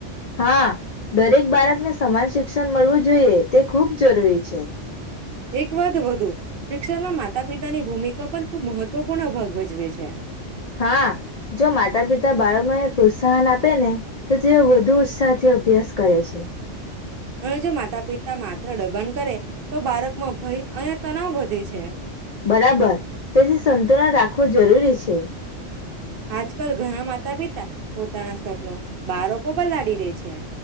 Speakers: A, on the left; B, on the right.
A: હા, દરેક બાળકને સમાન શિક્ષણ મળવું જોઈએ તે ખૂબ જરૂરી છે.
B: એક વાદ વધુ, શિક્ષણમાં માતા-પિતાની ભૂમિકા પણ ખૂબ મહત્વપૂર્ણ ભાગ ભજવે છે.
A: હા, જો માતા પિતા બાળકોને પ્રોત્સાહન આપે ન તો તેઓ વધુ ઉત્સાહથી અભ્યાસ કરે છે.
B: અને, જો માતા-પિતા માત્ર દબણ કરે તો બાળકમાં ભય અને તણવ વધે છે.
A: બરાબર. તેથી સંતુલન રાખવું જરૂરી છે.
B: આજકલ ઘણા માતા-પિ પોતાના સપનું બાળકો પર લાડી દે છે.